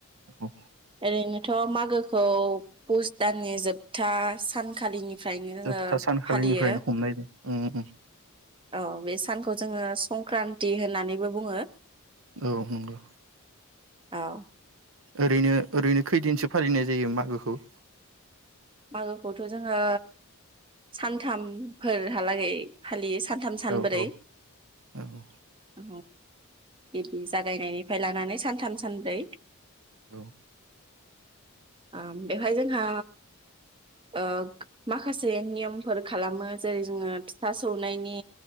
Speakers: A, on the right; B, on the right.
A: औ
B: ओरैनोथ' मागो <unintelligible> पुस दाननि जोबथा सानखालिनि फ्रायनो
A: जोबथा
B: ओ
A: सानखालिनिफ्रायनो
B: फालियो
A: हमनाय जायो उम उम
B: ओ बे सानखौ जोङो संक्रान्ति होननानैबो बुङो।
A: औ नंगौ।
B: औ
A: ओरैनो ओरैनो खैदिनसो फालिनाय जायो मागोखौ
B: मागोखौथ' जोङो सानथामफोरहालागै फालियो। सानथाम सानब्रै
A: औ औ औ
B: औ। गिबि जागायनायनिफ्राय लानानै सानथाम सानब्रै।
A: औ।
B: ओ बेवहाय जोंहा ओ माखासे नियमफोर खालामो जेरै जोङो फिथा सौनायनि